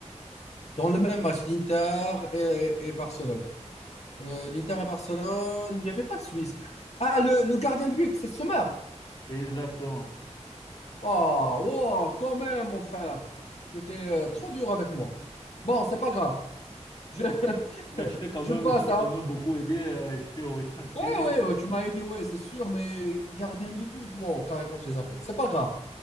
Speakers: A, on the left; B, on the left.
A: Dans le même match, l'Inter et, et Barcelone. Euh, l'Inter et Barcelone, il n'y avait pas de Suisse. Ah, le, le gardien de but, c'est Sommer.
B: Exactement.
A: Oh, oh, quand même, mon frère. Tu étais euh, trop dur avec moi. Bon, c'est pas grave. Je, <laughs>
B: Mais je t'ai quand
A: je
B: même,
A: passe
B: je t'ai
A: à.
B: quand même beaucoup aidé, euh, je t'ai orienté.
A: Ouais, ouais, ouais, tu m'as aidé, ouais, c'est sûr, mais gardien de but, wow, carrément, j'ai zappé. C'est pas grave.